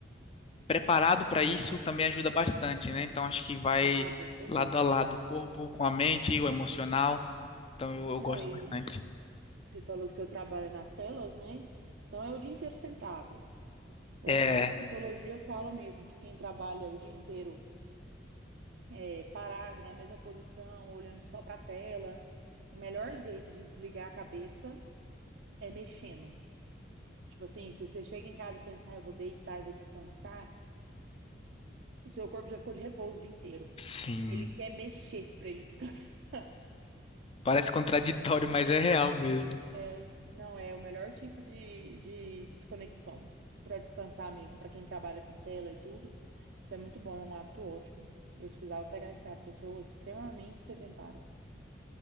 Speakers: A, on the left (about 30°); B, on the right (about 75°).
A: preparado para isso também ajuda bastante, né? Então acho que vai
B: Ah, com certeza.
A: lado a lado o corpo com a mente, o emocional. Então eu, eu
B: Não,
A: gosto
B: e
A: bastante.
B: você falou que seu trabalho é nas telas, né? Então é o dia inteiro sentado. O-
A: É,
B: A psicologia fala mesmo que quem trabalha o dia inteiro é, parado, na mesma posição, olhando só para a tela, o melhor jeito de desligar a cabeça é mexendo. Tipo assim, se você chega em casa e pensar, "Ah, eu vou deitar, eu vou descansar, o seu corpo já ficou de repouso o dia inteiro.
A: sim.
B: Ele quer mexer para ele descansar. <laughs>
A: Parece contraditório, mas é real mesmo.
B: É, não, é o melhor tipo de, de desconexão. Para descansar mesmo, para quem trabalha com tela e tudo. Isso é muito bom, é um hábito ótimo. Eu precisava pegar esse hábito, eu sou extremamente sedentária.